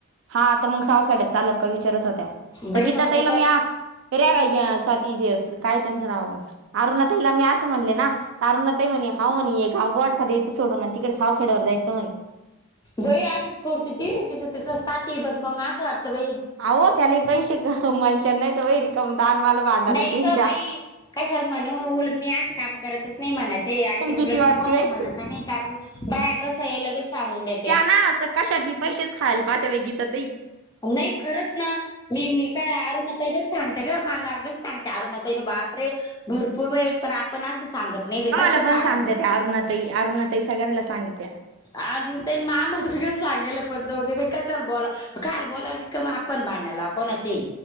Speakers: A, on the right; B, on the left.
A: हात मग सावखेड्यातल्या चालते का विचारत होत्या
B: बाई
A: तर गीता
B: मग
A: ताईला
B: ते
A: मी रे या स्वाती दिस काय त्यांचं नाव अरुण ताईला मी असं म्हणले ना अरुना ताई म्हणे हा म्हणेे गाव बोडखा सोडून ना तिकडे सावखेड्यावर जायचं म्ह
B: बई अशीच करत ती तिचं ती पाहाती ब मग असं वाटतं बा
A: अ त्यालाही पैसे का मनशां नाही तर वैरी कामता मला भांडायलाच
B: नाही
A: येईन
B: का
A: त्या
B: बाई कशाला म्हणू उलट मी असे काम करतच नाही म्हणायचे आणंखीन
A: भीती
B: उलट
A: वाटते
B: मी कोणाला
A: बाई
B: म्हणत नाही कारण बाय कसं हे लगेच सांगून देत
A: त्या ना अस कशात बी पैसेच खायला पाहते बाई गीता ताई
B: नाही खरंच ना मी मी काय अरुना ताई ग सांगते का मला गंज सांगते अरुना ता ईन बापरे भरपूर वेळेस पण आपण असं सांगत नाही बे
A: आम्हाला
B: कशाला सांगायचं
A: पण सांगते त्या अरुणा ताई अरुणा ताई सगळ्यांना सांगत्या
B: अ त्यांनी मा मध्ये बघ सांगेलं पण जाऊ दे बा कशाला बोला खाल बोला विक्रम आपण बांडाला कोणाचे